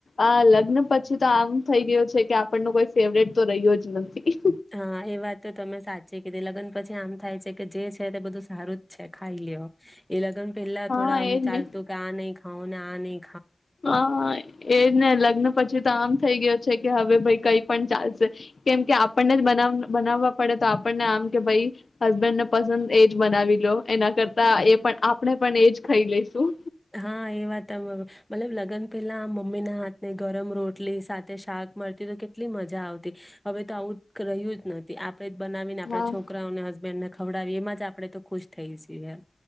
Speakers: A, on the left; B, in the centre.
A: આ લગ્ન પછી તો આમ થઈ ગયુ છે કે આપણનું કોઈ ફેવરેટ તો રહ્યો જ નથી.
B: હા એ વાત તો તમે સાચી કીધી, લગન પછી આમ થાય છે કે જે છે તે બધું સારું જ છે ખાઈ લ્યો, એ લગન પેલ્લા
A: હા
B: થોડા આમ
A: એજ
B: ચાલતું
A: ને
B: કે આ નઈ ખા. હવ ના આ નઈ
A: હા એજ ને લગ્ન પછી તો આમ થઈ ગયો છે કે હવે ભઈ કંઈ પણ ચાલશે, કેમ કે આપણને જ બનાવ બનાવવા પડે તો આપણને આમ કે ભઈ હસબેન્ડને પસંદ એજ બનાવી લો. એના કરતા એ પણ આપણે પણ એજ ખઈ લઇશું
B: હા એ વાત મ મતલબ લગન પહેલા મમ્મીના હાથની ગરમ રોટલી સાથે શાક મળતી તો કેટલી મજા આવતી, હવે તો આવું રહ્યું જ નથી, આપ ડે જ બનાવીને આપણા
A: હા
B: છોકરાઓ અને હસબન્ડને ખવડાવીએ એમાં જ આપણે તો ખુશ થઈ જીએ